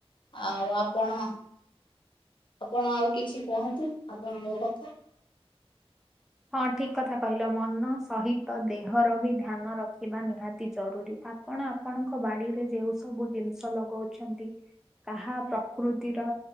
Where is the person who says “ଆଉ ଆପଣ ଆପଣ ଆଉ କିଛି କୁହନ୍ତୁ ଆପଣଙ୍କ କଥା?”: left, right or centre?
Left